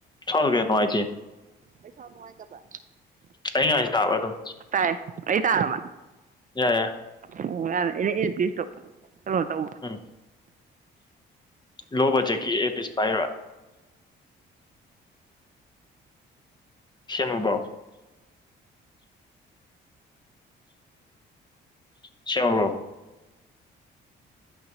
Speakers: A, on the left; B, on the right.
A: ꯁꯣꯠꯂꯨꯒꯦ ꯅꯨꯡꯉꯥꯏꯇꯦ
B: ꯄꯩꯁꯥ ꯅꯨꯡꯉꯥꯏꯇꯕ
A: ꯑꯩꯅ ꯉꯥꯡꯉꯤꯁꯦ ꯇꯥꯕ꯭ꯔꯥ ꯑꯗꯨꯝ
B: ꯇꯥꯏ ꯑꯩ ꯇꯥ꯭ꯔꯕ
A: ꯌꯥꯏ ꯌꯥꯏ
B: ꯑꫭ ꯉꯔꯥꯡ ꯑꯩꯅ ꯏꯌꯔꯄꯤꯁꯇꫭ ꯀꯩꯅꫭ ꯇꯧꯕ
A: ꯎꯝ ꯂꫭ ꯕꯖꯦꯠꯀꯤ ꯏꯌꯔꯄꯤꯁ ꯄꯥꯏꯕ ꯁꯦꯝꯃꯥꯕꯣ ꯁꯦꯝꯃꯥꯕ꯭ꯔꯣ